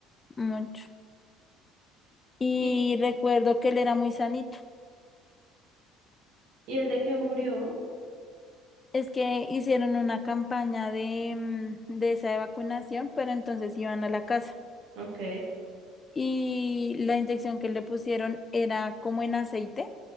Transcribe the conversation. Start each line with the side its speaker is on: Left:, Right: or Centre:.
Left: Mucho. Y
Right: ¿Y,
Left: recuerdo que él era muy sanito.
Right: y el de que murió?
Left: Es que hicieron una campaña de, mm, de esa de vacunación, pero entonces iban a la casa.
Right: Ok,
Left: Y la inyección que le pusieron era como en aceite